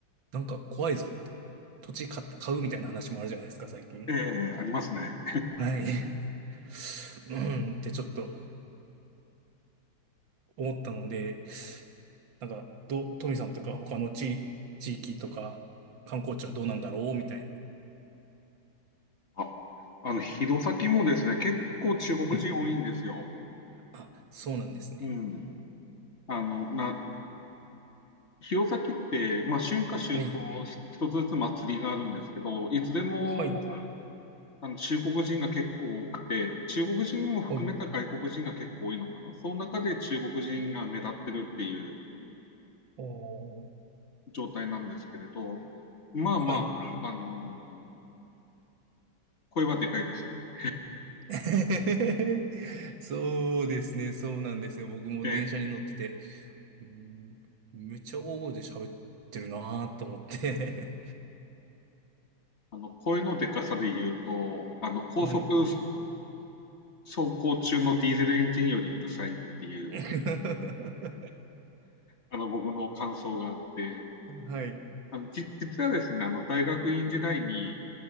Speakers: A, on the right; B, on the left.
A: なんか怖いぞって。土地買、買うみたいな話もあるじゃないですか、最近。
B: ええ、ありますね。
A: はい。<laughs> うんってちょっと思ったので、なんか、どう、トミさんとか他の地、地域とか観光地はどうなんだろうみたいな。
B: あ、あの、弘前もですね、結構中国人多いんですよ。
A: はい。あ、そうなんですね。
B: うん。あの、な、弘前って、まあ、春夏秋冬、
A: はい。
B: し一つずつ祭りがあるんですけど、いつでも
A: はい。
B: あの中国人が結構多くて、中国人も含めた外国人が結構多いのかな。
A: はい。
B: その中で中国人が目立ってるっていう
A: おー、
B: 状態なんですけれど、まあまあ、
A: はい。
B: あの声はでかいですよね。
A: <laughs> そうですね、そうなんですよ。僕も電車に乗ってて、
B: ええ、
A: うーん、めっちゃ大声で喋ってるなーと思って。
B: あの声のでかさで言うと、あの高速
A: <laughs> はい。
B: 走行中のディーゼルエンジンよりうるさいっていう、
A: <laughs>
B: あの僕の感想があって、
A: はい。
B: あの、じ、実はですね、あの、大学院時代に、